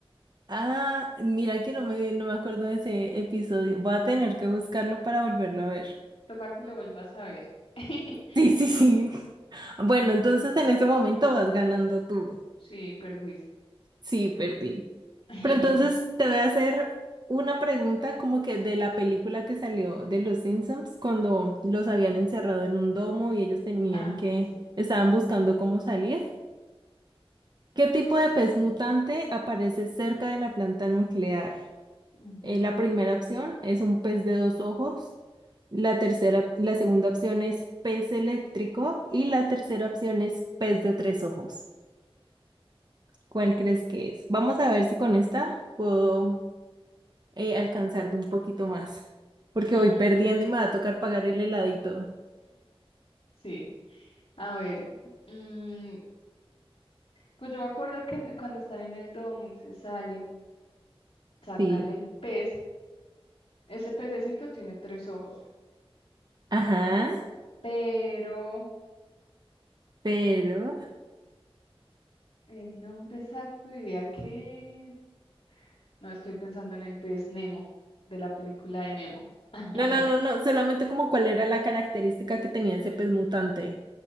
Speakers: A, on the right; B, on the left.
A: Ah, mira que no me, no me acuerdo de ese episodio. Voy a tener que buscarlo para volverlo a ver.
B: Toca que lo vuelvas a ver. <laughs>
A: Sí, sí, sí.
B: Eh,
A: <laughs> Bueno, entonces en ese momento vas ganando tú.
B: Sí, perdiste.
A: Sí, perdí.
B: <laughs>
A: Pero entonces te voy a hacer una pregunta como que de la película que salió de los Simpsons cuando los habían encerrado en un domo y ellos tenían
B: Ah,
A: que,
B: sí.
A: estaban buscando cómo salir. ¿Qué tipo de pez mutante aparece cerca de la planta nuclear?
B: Ujú.
A: Eh, la primera opción es un pez de dos ojos. La tercera, la segunda opción es pez eléctrico y la tercera opción es pez de tres ojos. ¿Cuál crees que es? Vamos a ver si con esta puedo eh, alcanzar de un poquito más, porque
B: <laughs>
A: voy perdiendo y me va a tocar pagar el heladito.
B: Sí. A ver. mm, pues yo me acuerdo que en- cuando están en el domo y se salen, sacan
A: Sí.
B: el pez. Ese pececito tiene tres ojos.
A: Ajá,
B: Pero
A: pero...
B: el nombre exacto diría que... No, estoy pensando en el pez Nemo, de la película de Nemo. <laughs>
A: No, no, no, no, solamente como cuál era la característica que tenía
B: Mm,
A: ese pez mutante.